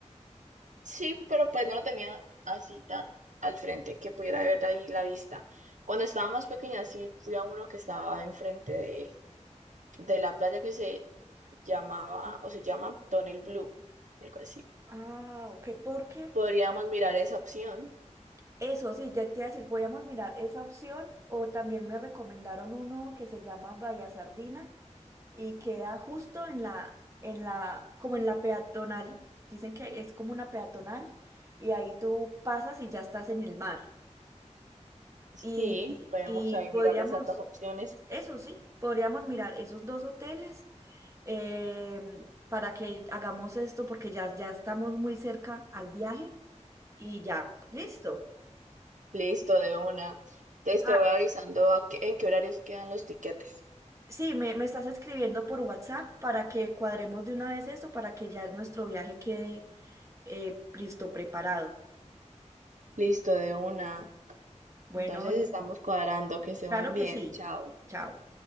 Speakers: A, on the right; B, on the right.
A: Sí, pero pues no lo tenía así tan al frente que pudiera ver ahí la vista. Cuando estaba más pequeña, sí fui a uno que estaba enfrente de, de la playa que se llamaba o se llama Tonel Blue, algo así.
B: Ah, ok, ¿por qué?
A: Podríamos mirar esa opción.
B: Eso sí, ya te iba a decir, podíamos mirar esa opción o también me recomendaron uno que se llama Bahía Sardina y queda justo en la, en la, como en la peatonal. Dicen que es como una peatonal y ahí tú pasas y ya estás en el mar. Y,
A: Sí, podemos
B: y
A: ahí
B: podríamos,
A: mirar esas dos opciones.
B: eso sí, podríamos mirar esos dos hoteles em, para que hagamos esto porque ya, ya estamos muy cerca al viaje y ya, listo.
A: Listo, de una. Entonces
B: Ah,
A: te voy avisando a qué- en qué horarios quedan los tiquetes.
B: Sí, me, me estás escribiendo por WhatsApp para que cuadremos de una vez eso, para que ya nuestro viaje quede eh, listo, preparado.
A: Listo, de una.
B: Bueno,
A: Entonces estamos cuadrando, que esté
B: claro
A: muy bien,
B: que sí.
A: chao.
B: Chao.